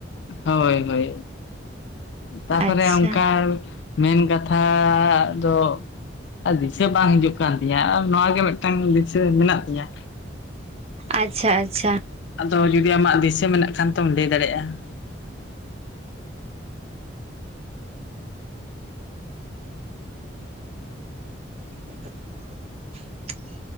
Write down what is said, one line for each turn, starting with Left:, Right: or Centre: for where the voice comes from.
Left: ᱦᱳᱭ ᱦᱳᱭ ᱛᱟᱯᱚᱨᱮ
Right: ᱟᱪᱪᱷᱟ
Left: ᱚᱱᱠᱟ ᱢᱮᱱ ᱠᱟᱛᱷᱟ ᱫᱚ ᱫᱤᱥᱟᱹ ᱵᱟᱝ ᱦᱤᱡᱩᱜ ᱠᱟᱱ ᱛᱤᱧᱟᱹ ᱱᱚᱣᱟ ᱜᱮ ᱢᱤᱫᱴᱟᱝ ᱫᱤᱥᱟᱹ ᱢᱮᱱᱟᱜ ᱛᱤᱧᱟᱹ
Right: ᱟᱪᱷᱟ ᱟᱪᱷᱟ ᱾
Left: ᱟᱫᱚ ᱡᱩᱫᱤ ᱟᱢᱟᱜ ᱫᱤᱥᱟᱹ ᱢᱮᱱᱟᱜ ᱠᱷᱟᱱ ᱛᱚᱢ ᱞᱟᱹᱭ ᱫᱟᱲᱮᱭᱟᱜᱼᱟ ᱾
Right: <inaudible>